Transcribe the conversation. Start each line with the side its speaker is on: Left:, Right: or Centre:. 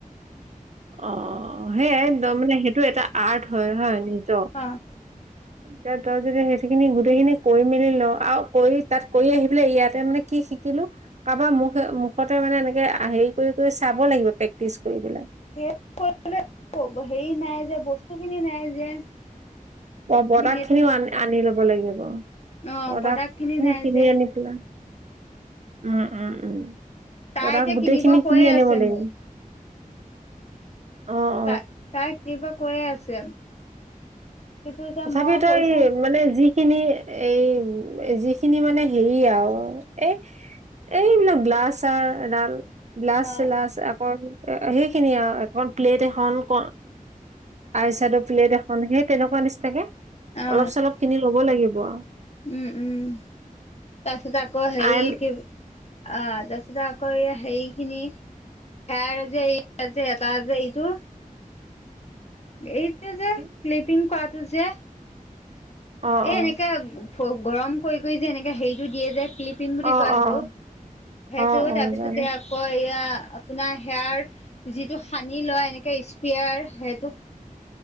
Right: অঁ সেইয়াই, একদম মানে সেইটো এটা আৰ্ট হয় হয় নিজ
Left: অ',
Right: কে তই যদি সেইখিনি গোটেইখিনি কৰি মেলি ল' আৰু কৰি তাত কৰি আহি পেলাই ইয়াতে মানে কি শিকিলো কাবাৰ মুখে মুখতে মানে এনেকে হেৰি কৰি কৰি চাব লাগিব প্ৰেক্টিচ কৰি পেলাই।
Left: হেল্প কৰিবলে হেৰি নাই যে বস্তু খিনি নাই যে।
Right: অঁ, প্ৰডাক্ট
Left: সেইটো
Right: খিনিও আন আনি ল'ব লাগিব প্ৰডাক্ট
Left: অ',
Right: খিনি
Left: নাই
Right: কিনি
Left: যে।
Right: আনি পেলাই উম উম উম।
Left: তাই
Right: প্ৰাডাক
Left: এতিয়া
Right: গোটেইখিনি
Left: কিনিব কৈয়ে
Right: কিনি আনিব
Left: আছে
Right: লাগিব।
Left: মোক
Right: অঁ
Left: তা তাই কিবা কৈয়ে আছে। কিন্তু এতিয়া
Right: তথাপি
Left: মই
Right: তাই
Left: পইচা
Right: মানে যি খিনি এই যিখিনি মানে হেৰি আও এহ এইবিলাক ব্লাছাৰ এডাল ব্লাচ
Left: অ
Right: চেলাচ আকৌ সেইখিনিয়ে আও এখন প্লেট এখন ক আই চেদ' প্লেট এখন সেই তেনেকুৱা নিচিনাকে,
Left: অ
Right: অলপ চলপ কিনি ল'ব লাগিব আও।
Left: উম উম তাপিছতে আকৌ হেই
Right: আই
Left: কি আ' তাছতে আকৌ এইয়া সেই খিনি হেয়াৰ যে এই যে এটা যে এইটো, এইটো যে
Right: <inaudible>
Left: ক্লিপিং কৱাটো যে।
Right: অ',
Left: এই
Right: অ',
Left: এনেকে, ফ গৰম কৰি কৰি যে এনেকে হেৰিটো দিয়ে যে ক্লিপিঙ বুলি
Right: অ',
Left: কয়
Right: অ',
Left: সেইটো। সেইটো
Right: অ', অ',
Left: তাৰপিছতে
Right: জানো
Left: কয় এয়া আপোনাৰ হেয়াৰ যিটো সানি লয় এনেকে স্প্ৰেয়াৰ সেটো